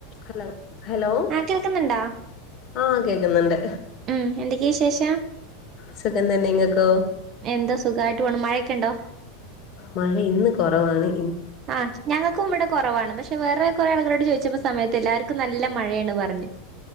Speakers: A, on the left; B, on the right.
A: hello hello
B: ആ കേൾക്കുന്നുണ്ടോ
A: ആഹ് കേക്കുന്നുണ്ട്
B: ഉം എന്തൊക്കെയാ വിശേഷം
A: സുഖം തന്നെ ഇങ്ങക്കോ
B: എന്താ സുഖായിട്ട് പോണ് മഴയൊക്കെയുണ്ടോ
A: മഴ ഇന്ന് കൊറവാണ്
B: ആഹ് ഞങ്ങക്കും ഇവിടെ കൊറവാണ് പക്ഷെ വേറെ കുറേ ആൾക്കാരോട് ചോയ്ച്ചപ്പൊ സമയത്ത് എല്ലാർക്കും നല്ല മഴയാണ് പറഞ്ഞു